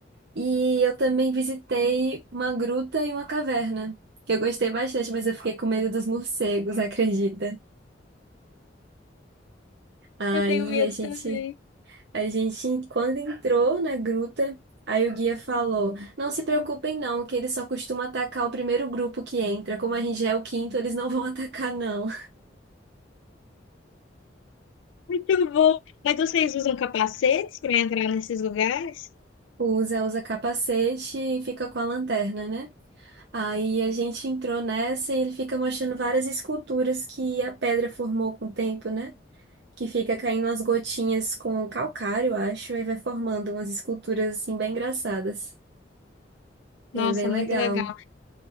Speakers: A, on the right (about 65°); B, on the left (about 85°).
A: E eu também visitei uma gruta e uma caverna, que eu gostei bastante, mas eu fiquei com medo dos morcegos, <laughs> acredita? Aí
B: Eu tenho medo
A: a gente
B: também.
A: A gente, quando entrou na gruta, aí o guia falou: Não se preocupem, não, que eles só costumam atacar o primeiro grupo que entra. Como a gente já é o quinto, eles não vão <laughs> atacar, não.
B: Muito bom! Mas vocês usam capacetes para entrar nesses lugares?
A: O Zé usa capacete e fica com a lanterna, né? Aí a gente entrou nessa e ele fica mostrando várias esculturas que a pedra formou com o tempo, né? Que fica caindo umas gotinhas com calcário, acho, e vai formando umas esculturas assim bem engraçadas.
B: Nossa,
A: É bem
B: muito
A: legal.
B: legal.